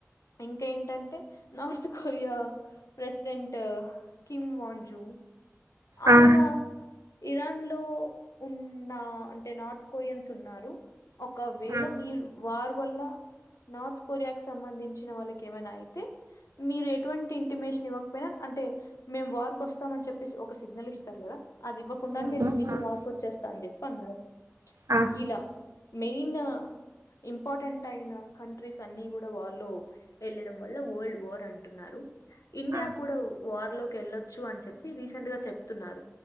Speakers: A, on the left; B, on the right.
A: ఇంకేంటంటే నార్త్ కొరియా ప్రెసిడెంట్ కిమ్ వన్ జూ ఆయనా
B: ఆ
A: ఇరాన్ లో ఉన్న అంటే నార్త్ కొరియన్స్ ఉన్నారు. ఒకవేళ
B: ఆ
A: మీరు వార్ వల్ల నార్త్ కొరియాకి సంబంధించిన వాళ్ళకి ఏమైనా అయితే మీరు ఎటువంటి ఇంటిమేషన్ ఇవ్వకపోయినా అంటే మేము వారికి వస్తాము అని చెప్పేసి ఒక సిగ్నల్ ఇస్తారు కదా? అది ఇవ్వకుండా
B: అవును
A: నేను మీతో
B: ఆ
A: వర్కోచ్చేస్తా అని చెప్పి అన్నారు.
B: ఆ
A: ఇలా మెయిన్ ఇంపార్టెంట్ అయిన కంట్రీస్ అన్ని కూడా వార్ లో వెళ్ళడం వల్ల వరల్డ్. వార్ అంటున్నారు. ఇండియా
B: ఆ
A: కూడా వార్ లోకి వెళ్ళొచ్చు అని చె. ప్పి రీసెంట్ గా చెప్తున్నారు.